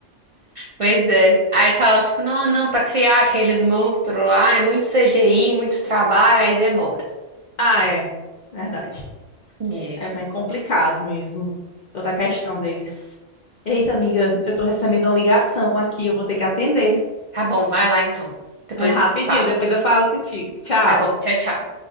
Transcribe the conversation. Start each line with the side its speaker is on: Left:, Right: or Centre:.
Right: Pois é. Aí eles falavam, tipo, não, não, pra criar aqueles monstros lá é muito CGI, muito trabalho, aí demora.
Left: Ah, é. Verdade.
Right: É.
Left: É bem complicado mesmo, toda a questão deles. Eita, amiga, eu tô recebendo uma ligação aqui, eu vou ter que atender.
Right: Tá bom, vai lá então. Depois
Left: É rapidinho,
Right: a gente se fala.
Left: depois eu falo contigo. Tchau.
Right: Tá bom, tchau, tchau.